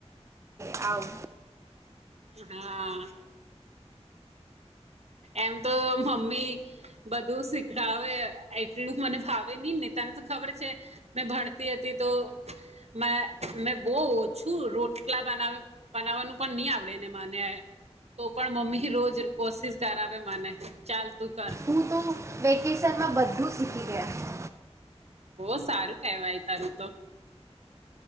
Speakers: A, on the right (about 25°); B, on the right (about 70°).
A: આવ.
B: હા. એમ તો મમ્મી બધું શીખડાવે એટલું મને ભાવે નહી ને તને તો ખબર છે મેં ભણતી હતી તો મેં બહ ઓછું રોટલા બના બનાવવાનું પણ નહી આવડે ને મને તો પણ મમ્મી રોજ કોશિશ કરાવે મને ચાલ. તું કર
A: હું તો વેકેશનમાં બધું શીખી. ગયા
B: બહ સારું કેવાય તારું તો.